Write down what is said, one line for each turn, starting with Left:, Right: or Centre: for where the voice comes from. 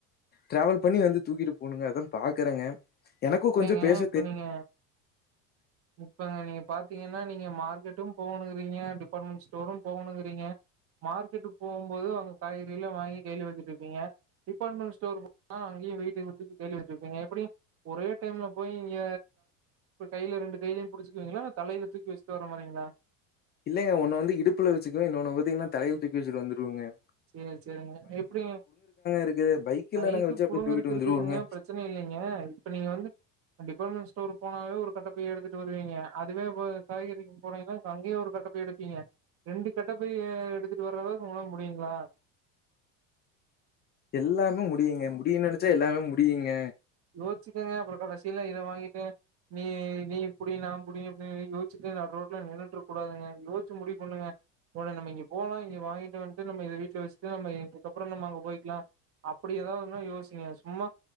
Left: டிரராாவல் பண்ணி வந்து தூக்கிட்டு போகுங்க அததான் பாக்குறேங்க எனக்கும்
Right: இல்லைங்க
Left: கொஞ்சம் பேச
Right: இப்ப நீங்க இப்பங்க நீங்க பாத்தீங்கன்னா நீங்க மார்க்கெட்டும் போகணுங்கிறீங்க டிபார்ட்மெண்ட் ஸ்டோரும் போகணுங்கிறீங்க மார்க்கெட்டுக்கு போகும்போது அங்க காய்கற எல்லாம் வாங்கி கேள்வி வச்சட்டு இருப்பீங்க டிபார்ட்மெண்ட் ஸ்டோர் அங்கேயும் வீட்டுக்கு விட்டு கேள்வி வச்சிருப்பீங்க எப்படி ஒரே டைம்ல போய் இங்க கையில ரெண்டு கையிலயையும் புடிச்சுக்குவீங்களா தலையில தூக்கி வச்சுட்டு வர மாதிரிங்களா
Left: இல்லங்கன்னு வ இடுப்புல வச்சுக்க இன்னொன்னு பாத்தீங்கன்னா தலையில் தூக்கி வச்சுட்டுந்துருவங்க
Right: சரி சரிங்க எப்படிங்க
Left: இருக்குது. பைக்ல
Right: பைக்கு
Left: நாங்க வச்சு அப்படியே
Right: புடுங்கறக்கு
Left: தூக்கிட்டு வந்துருவோங்க.
Right: இருக்குதுங்க பிரச்சனை இல்லைங்க இப்ப நீங்க வந்து டிபார்ட்மெண்ட் ஸ்டோர் ஊருக்கு போனாவே ஒரு கட்டப்பை எடுத்துட்டு வருவீங்க காய்கறி வாங்க போனீங்கன்னா அங்கேயும் ஒரு கட்ட போயிட்டு வருவீங்க ரெண்டு கட்டப்பை எடுத்துட்டு வர அளவுக்கு உங்களால முடியுமா அப்படிங்களா
Left: எல்லாமே முடியுங்க முடியும்னுு நினைச்சா எல்லாமே முடியுங்க
Right: யோசச்சிக்கங்க அப்புறம் கடைசியல்லாம் இத வாங்கிட்டேன் நீ நீ புடி நான் புடிப்ப யோசச்சு ந ரோட்ல நின்னுட்டு கூடாதுங்க யோிச்சு முடி பண்ணுங்க போன நம்ம இங்க போலாம் இங்க வாங்கிட்ட வந்துட்டு நம்ம வீட்டல வச்சுட்டு நம்ம இதுக்கறம் நம்ம அங்க போயிக்கலாம் அப்படி ஏதாவதுும் யோசச்சிக்கங்க சும்மா